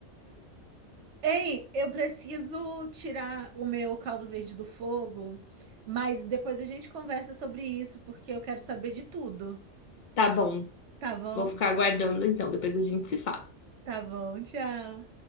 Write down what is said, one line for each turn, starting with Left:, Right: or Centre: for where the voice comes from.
Right: Ei, eu preciso tirar o meu caldo verde do fogo, mas depois a gente conversa sobre isso, porque eu quero saber de tudo,
Left: Tá bom,
Right: tá bom?
Left: vou ficar aguardando então, depois a gente se fala.
Right: Tá bom, tchau.